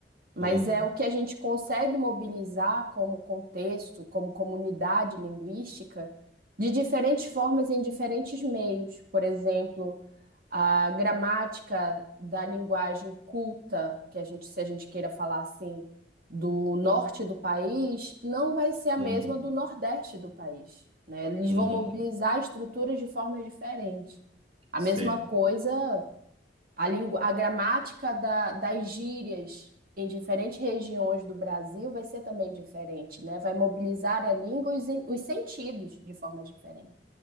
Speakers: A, on the right; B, on the right.
A: Mas
B: hum,
A: é o que a gente consegue mobilizar como contexto, como comunidade linguística, de diferentes formas em diferentes meios. Por exemplo, a gramática da linguagem culta, que a gente, se a gente queira falar assim, do norte do país, não vai ser a mesma
B: uhum,
A: do nordeste do país, né? Eles
B: uhum,
A: vão mobilizar estruturas de formas diferentes. A
B: sim,
A: mesma coisa a, lingu... a gramática da- das gírias em diferentes regiões do Brasil vai ser também diferente, né? Vai mobilizar a língua e os, en- os sentidos de forma diferente.